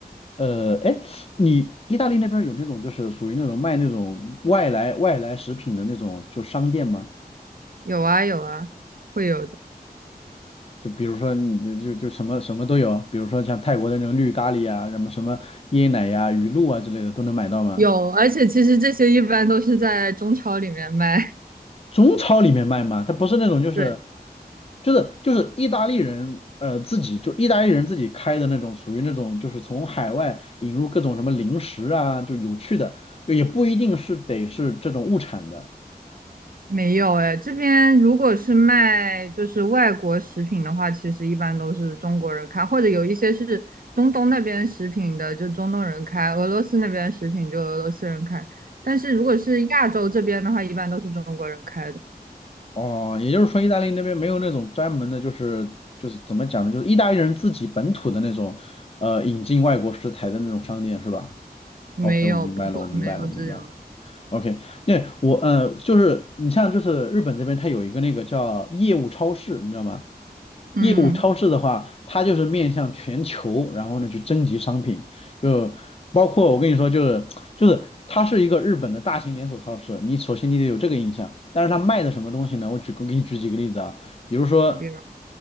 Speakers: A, on the left; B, on the right.
A: 呃，哎，你意大利那边有那种就是属于那种卖那种外来外来食品的那种就商店吗？
B: 有啊有啊，会有的，
A: 就比如说你就就就什么什么都有，比如说像泰国的那种绿咖喱啊，什么什么椰奶呀、鱼露啊之类的都能买到吗？
B: 有，而且其实这些一般都是在中超里面卖。
A: 中超里面卖吗？它不是那种就是
B: <laughs> 对。
A: 就是就是意大利人呃自己就意大利人自己开的那种，属于那种就是从海外引入各种什么零食啊，就有趣的，就也不一定是得是这种物产的
B: 没有哎，这边如果是卖就是外国食品的话，其实一般都是中国人开，或者有一些是中东那边食品的，就中东人开；俄罗斯那边食品就俄罗斯人开。但是如果是亚洲这边的话，一般都是中国人开的，
A: 哦。也就是说，意大利那边没有那种专门的，就是就是怎么讲呢，就是意大利人自己本土的那种呃引进外国食材的那种商店是吧？
B: 没有，
A: OK，我明白了，
B: 不会，
A: 我明白了，
B: 没有这种的
A: 我明白了。OK，那我呃，就是你像就是日本这边，它有一个那个叫业务超市，你知道吗？
B: 嗯，
A: 业务超市的话，它就是面向全球，然后呢去征集商品，就包括我跟你说，就是就是它是一个日本的大型连锁超市，你首先你得有这个印象。但是它卖的什么东西呢？我举我给你举几个例子啊，比如说
B: 比如，